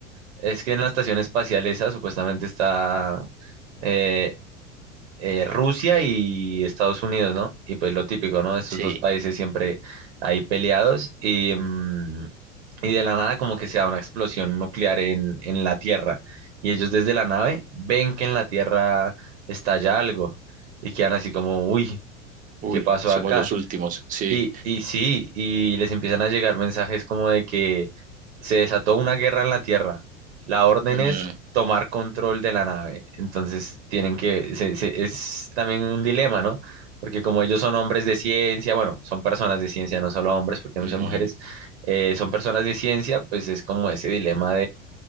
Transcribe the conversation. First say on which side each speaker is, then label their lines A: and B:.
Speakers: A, on the right; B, on the right.
A: es que en la estación espacial esa supuestamente está eh, eh, Rusia y Estados Unidos, ¿no? Y pues lo típico, ¿no? Esos
B: Sí.
A: dos países siempre ahí peleados y, mm, y de la nada como que se da una explosión nuclear en, en la Tierra y ellos desde la nave ven que en la Tierra estalla algo y quedan así como, uy,
B: Uy,
A: ¿qué pasó
B: somos
A: acá?
B: los últimos. Sí.
A: Y, y sí, y les empiezan a llegar mensajes como de que se desató una guerra en la Tierra. La orden
B: Mm,
A: es tomar control de la nave. Entonces tienen que, se- se- es también un dilema, ¿no? Porque como ellos son hombres de ciencia, bueno, son personas de ciencia, no solo hombres, porque hay
B: ujú,
A: muchas mujeres, eh, son personas de ciencia, pues es como ese dilema